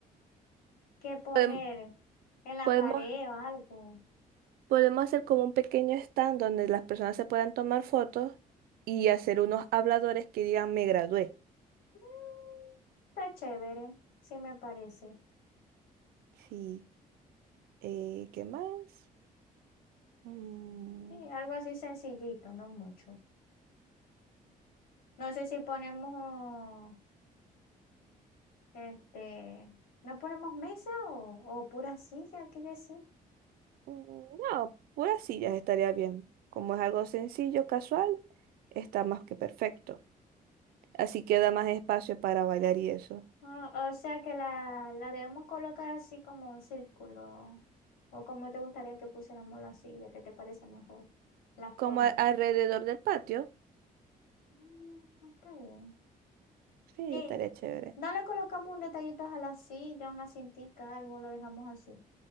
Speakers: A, on the left; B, on the right.
A: qué poner
B: Podem-
A: en la
B: Podemos,
A: pared o algo.
B: podemos hacer como un pequeño stand donde las personas se puedan tomar fotos y hacer unos habladores que digan me gradué.
A: Mm, Está chévere, sí me parece.
B: Sí. Eh, ¿qué más? Mm,
A: Y algo así sencillito, no mucho. No sé si ponemos, este, no ponemos mesa o, o pura silla, ¿qué decir?
B: mm, no, puras sillas estaría bien. Como es algo sencillo, casual, está más que perfecto. Así queda más espacio para bailar y eso.
A: O, o sea que la, la debemos colocar así como un círculo. O como te gustaría que pusiéramos la silla, ¿qué te parece mejor? La forma.
B: Como a- alrededor del patio.
A: Mm, Está bien.
B: Sí,
A: Y
B: estaría chévere.
A: no le colocamos un detallito a la silla, una cintica, algo, lo dejamos así.